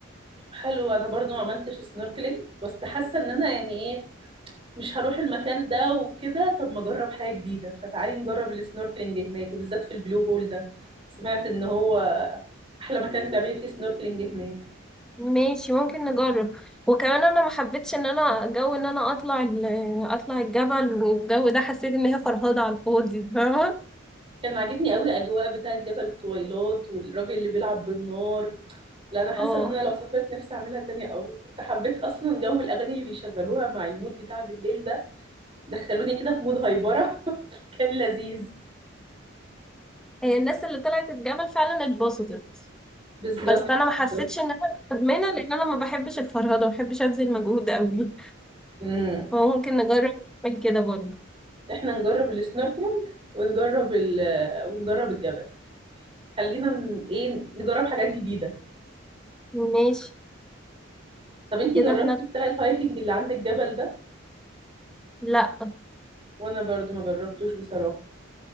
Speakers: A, on the right (about 25°); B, in the centre.
A: طب حلو انا برضو ما عملتش سنوركلينج بس حاسة ان انا يعني ايه مش هروح المكان ده وكده طب ما اجرب حاجة جديدة فتعالي نجرب السنوركلينج هناك وبالذات في البلو هول ده سمعت ان هو احلى مكان تعملي فيه سنوركلينج هناك
B: ماشي ممكن نجرب وكمان انا ما حبيتش ان انا جو ان انا اطلع ال- اطلع الجبل والجو ده حسيت ان هي فرهضة على الفاضي فاهمة
A: كان عاجبني قوي اجواء بتاعة جبل الطويلات والراجل اللي بيلعب بالنار لا انا حاسه
B: اه
A: ان انا لو سافرت نفسي اعملها تاني قوي كنت حبيت اصلا جو الاغاني اللي بيشغلوها مع المود بتاع بالليل ده دخلوني كده في مود هايبره <laughs> كان لذيذ
B: هي الناس اللي طلعت الجبل فعلا اتبسطت
A: بالظبط
B: بس انا ما حسيتش
A: بالظبط
B: ان انا مدمنة لان انا ما بحبش الفرهضة ما بحبش ابذل مجهود قوي
A: امم
B: فممكن نجرب نعمل كده برضه
A: احنا نجرب السنوركلينج ونجرب ال ونجرب الجبل خلينا ن- ايه نجرب حاجات جديده
B: ماشي
A: طب انتي
B: كده
A: جربتي
B: احنا
A: بتاع الهايكنج اللي عند الجبل ده
B: لا
A: وانا برضو ما جربتوش بصراحه